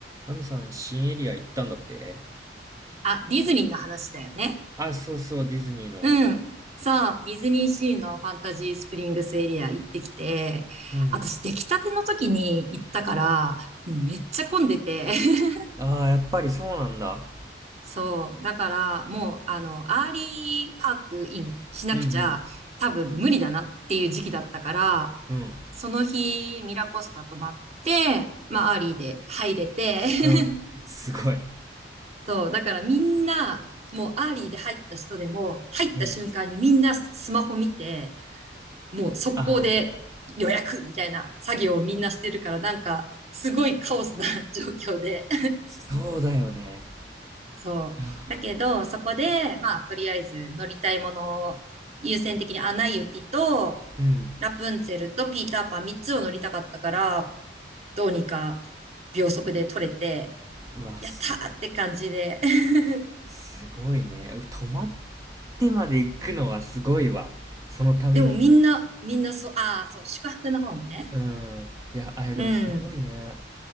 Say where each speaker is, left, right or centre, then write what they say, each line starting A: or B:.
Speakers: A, on the right; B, on the right.
A: マミさん、新エリア行ったんだって
B: あ、ディズニーの話だよね。
A: あ、そうそう、ディズニーの。
B: うん。そう、ディズニーシーのファンタジースプリングスエリア行ってきて、
A: うん。
B: 私出来たての時に行ったから、もうめっちゃ混んでて。<laughs>
A: ああ、やっぱりそうなんだ。
B: そう、だからもう、あの、アーリーパークインしなくちゃ多分無理だなっていう時期だったから、
A: うんうん。うん。
B: その日ミラコスタ泊まって、まあアーリーで入れて、<laughs>
A: うん。すごい。
B: そう、だからみんな、もうアーリーで入った人でも、入った瞬間にみんなスマホ見て、
A: うん。
B: もう速攻で予約みたいな作業をみんなしてるから、
A: ああ、
B: なんか、すごいカオスな <laughs> 状況で。
A: そうだよね。
B: そう。
A: ああ、
B: だけど、そこで、まあ、とりあえず乗りたいものを優先的にアナ雪と、
A: うん。
B: ラプンツェルとピーターパン3つを乗りたかったから、どうにか秒速で取れて、
A: うわ、
B: やったーって感じで。
A: すごい。
B: <laughs>
A: すごいね。う泊まってまで行くのはすごいわ。そのために。
B: でもみんな、みんなそう、ああ、そう、宿泊の方ね。
A: うん。いや、あれでもすごいね。
B: うん。